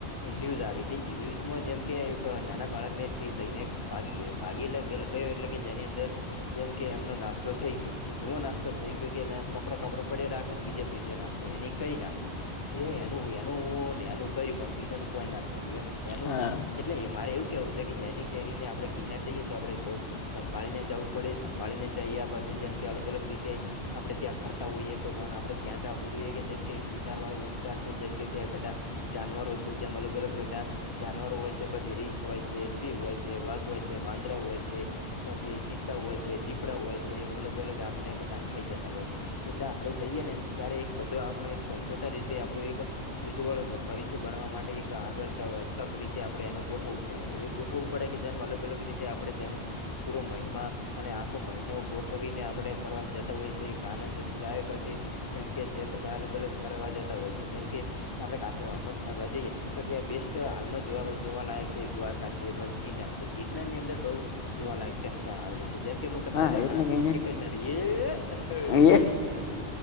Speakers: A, on the left; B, on the left.
A: ન્યૂઝ આવી તી. ઈ ન્યૂઝમાં જેમ કે એક નાના બાળકને સિંહ લઈને ભાગી ગયો, ભાગી એટલે ગલ ગયો કે જેની અંદર જેમ કે એમનો નાસ્તો થઇ ગયો. એવો નાસ્તો થઈ ગયો કે એને કપડા-કપડા પડે રાખે ને બીજે બીજો નાસ્તો એની ઈ કરી નાખ્યો. સિંહે એનું-એનું ને એનું કર્યું, પણ બીજાનું કોઈ ના કર્યું. એમ એનું
B: હા
A: જ એ એટલે મારે એવું કહેવું છે કે જેની કેરીને આપણે ગિરનાર જઈએ તો આપડે એ બઉ સંભાળીને જવું પડે, સંભાળીને જઈયા પછી જેમ કે અલગ-અલગ રીતે આપણે ત્યાં ફરતા હોઈએ તો પણ આપણે ધ્યાન રાખવું જોઈએ કે, જેમ કે ગિરનારવાળો વિસ્તાર છે, જેમ કે ત્યાં બધા જાનવરો છે, જેમ અલગ-અલગ બધા જાનવરો હોય છે પછી રીંછ હોય છે, સિંહ હોય છે, વાઘ હોય છે, વાંદરા હોય છે. પછી ચિત્તા હોય છે, દીપડા હોય છે, એમ અલગ-અલગ આપણને એ બધા ખાઈ જતા હોય છે. એટલે આપણે જઈએ ને ત્યારે એક બધો આપણો એક સંશોધન રીતે આપણું એક ઉજ્જવળ ભવિષ્ય બનાવવા માટે એક <unintelligible> આપણે એનું ગોઠવવું પડે. એવું ગોઠવવું પડે કે જેમ અલગ-અલગ રીતે આપણે તેનો પૂરો મહિમા અને આખો મહિનો ગોઠવીને આપણે પ્રવાસ જતા હોય છે, એક આનંદદાયક જે એમ કે જે બધા અલગ-અલગ ફરવા જતા હોય છે, જેમ કે આપણે કાઠિયાવાડમાં જ ફરવા જઈએ તો ત્યાં બેસ્ટ હાલમાં જોવા જોવાલાયક છે, એક દ્વારકા છે, પછી ગિરનાર છે. ગિરનારની અંદર બહુ જોવાલાયક ત્યાં સ્થળ આવેલો છે જેમ કે હું તમને
B: હા
A: હમણાં
B: એટલે
A: જ,
B: ક
A: એક જ મિનિટ
B: છે
A: <unintelligible>